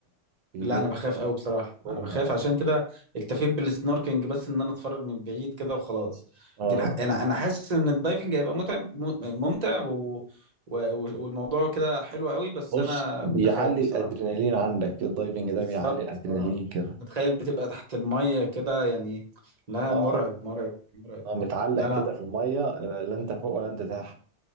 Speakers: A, on the right; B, on the right.
A: بيجيله
B: لا انا بخاف قوي بصراحه
A: تروما
B: انا بخاف
A: يعني
B: عشان كده اكتفيت بالسنوركينج بس ان انا اتفرج من بعيد كده وخلاص
A: اه
B: لكن ح- انا انا حاسس ان الدايفنج هيبقى متعب م- ممتع و... و... والموضوع كده حلو قوي بس
A: بص
B: انا
A: بيعلي
B: بخاف بصراحه
A: الادرينالين عندك إيه الدايفنج ده
B: بالظبط
A: بيعلي الادرينالين
B: اه
A: كده
B: بتخيل بتبقى تحت الميه كده يعني لا
A: اه
B: مرعب مرعب مرعب
A: اه متعلق
B: لا
A: كده
B: لا
A: في الميه لا لا انت فوق ولا انت تحت